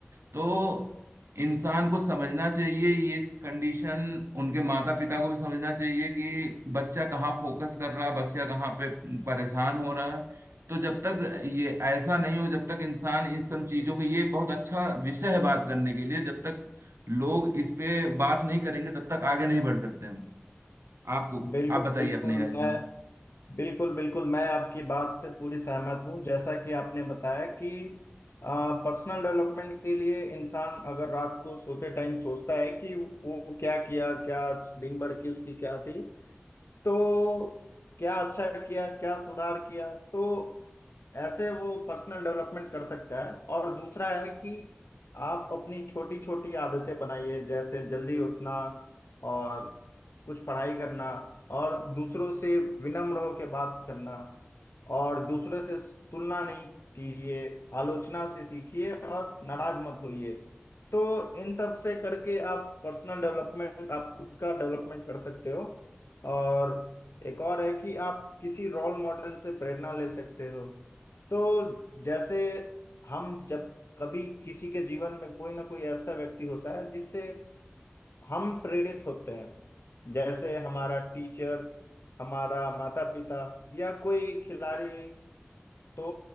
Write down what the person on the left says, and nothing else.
बिल्कुल
बिल्कुल
मैं बिल्कुल बिल्कुल मैं आपकी बात से पूरी सहमत हूँ जैसा कि आपने बताया कि पर्सनल डेवलपमेंट के लिए इंसान अगर रात को सोते टाइम सोचता है कि वो क्या किया क्या दिन भर की उसकी क्या थी तो क्या अच्छा किया क्या सुधार किया तो ऐसे वो पर्सनल डेवलपमेंट कर सकता है और दूसरा है कि आप अपनी छोटी छोटी आदतें बनाइए जैसे जल्दी उठना और कुछ पढ़ाई करना और दूसरों से विनम्र होकर बात करना और दूसरे से तुलना नहीं कीजिए आलोचना से सीखिए और नाराज मत होइए तो इन सब से करके आप पर्सनल डेवलपमेंट आप खुद का डेवलपमेंट कर सकते हो और एक और है कि आप किसी रोल मॉडल से प्रेरणा ले सकते हो तो जैसे हम जब कभी किसी के जीवन में कोई ना कोई ऐसा व्यक्ति होता है जिससे हम प्रेरित होते हैं जैसे हमारा टीचर हमारा माता पिता या कोई खिलाड़ी तो